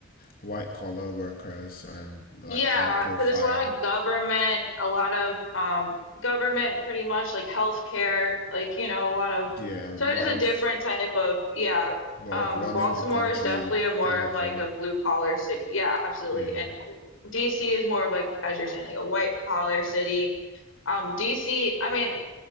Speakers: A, on the left; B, on the left.
A: white collar workers and like
B: Yeah,
A: high profile?
B: because it's a lot of government, a lot of um government pretty much like healthcare, like, you know, a lot of
A: Yeah,
B: so
A: a lot
B: it is a different
A: of
B: type of yeah,
A: lot
B: um
A: of running
B: Baltimore
A: the country
B: is definitely a more
A: kind
B: of
A: of
B: like
A: thing.
B: a blue collar city. Yeah, absolutely.
A: Yeah.
B: And DC is more of like as you're saying, like a white collar city. Um DC, I mean